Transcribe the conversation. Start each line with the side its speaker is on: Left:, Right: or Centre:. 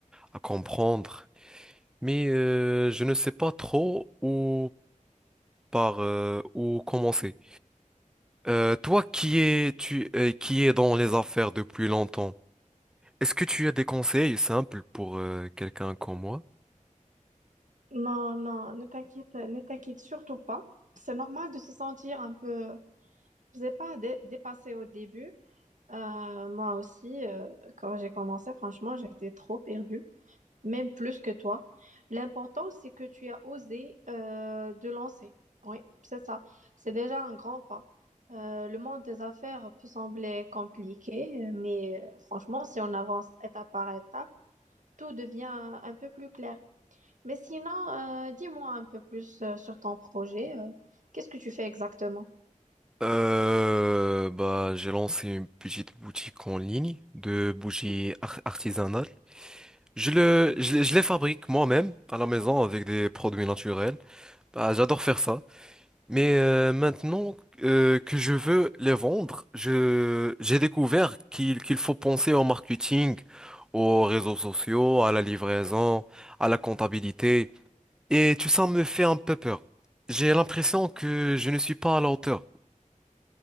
Centre: à comprendre, mais euh, je ne sais pas trop où par euh, où commencer. Euh, toi qui es tu euh, qui es dans les affaires depuis longtemps, est-ce que tu as des conseils simples pour euh, quelqu'un comme moi?
Right: Non, non, ne t'inquiète, ne t'inquiète surtout pas. C'est normal de se sentir un peu, je sais pas, dé- dépassé au début. Euh, moi aussi, euh, quand j'ai commencé, franchement, j'étais trop perdue, même plus que toi. L'important, c'est que tu as osé euh, de lancer. Oui, c'est ça. C'est déjà un grand pas. Euh, le monde des affaires peut sembler compliqué, mais euh, franchement, si on avance étape par étape, tout devient un peu plus clair. Mais sinon, euh, dis-moi un peu plus euh, sur ton projet. euh, qu'est-ce que tu fais exactement?
Centre: Euh, bah, j'ai lancé une petite boutique en ligne de bougies ar- artisanales. Je le, je, les je les fabrique moi-même à la maison avec des produits naturels. Bah, j'adore faire ça. Mais euh, maintenant euh, que je veux les vendre, je, j'ai découvert qu'il qu'il faut penser au marketing, aux réseaux sociaux, à la livraison, à la comptabilité. Et tout ça me fait un peu peur. J'ai l'impression que je ne suis pas à la hauteur.